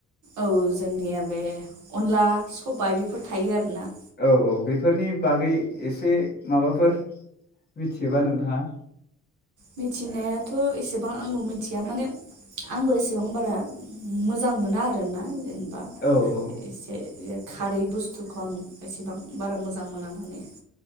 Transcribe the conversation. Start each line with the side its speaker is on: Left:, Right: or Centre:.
Right: औ जोंनिया बे अनला सबाइ बेफोर थायो आरोना?
Left: औ औ बेफोरनि बागै एसे माबाफोर मिथियोबा नोंथाङा?
Right: मिथिनायाथ' एसेबां आंबो मिथिया माने आंबो एसेबां बारा मोजां मोना आरोना? जेनेबा
Left: औ औ
Right: एसे खारै बुस्थुखौ आं एसेबां बारा मोजां मोना माने।